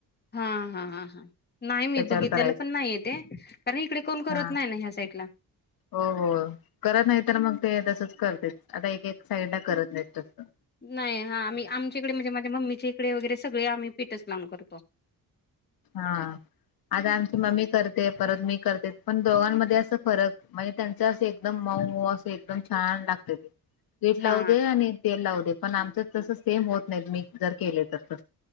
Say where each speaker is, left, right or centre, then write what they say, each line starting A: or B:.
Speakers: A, on the left; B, on the left.
A: हा हा हा हा नाही मी
B: त्याच्यावर
A: बघितलेलं
B: करायचं
A: पण नाही येते कारण इकडे कोण करत
B: हा
A: नाही ना ह्या साईडला.
B: हो हो करत नाही तर मग ते तसच करतेच आता एक एक साइड ला करत नाही तस.
A: नाही हा आम्ही आमच्या इकडे म्हणजे माझ्या मम्मीच्या इडे वगैरे सगळे आम्ही पीठच लावून करतो.
B: हा आता आमची मम्मी करते परत मी करते पण दोघांमध्ये असं फरक म्हणजे त्यांचं असं एकदम मऊ मऊ असं एकदम छान लागते ते. पिठ
A: हा
B: लावू दे आणि तेल लावू दे पण आमच तस सेम होत नाहीत मी जर केले तर त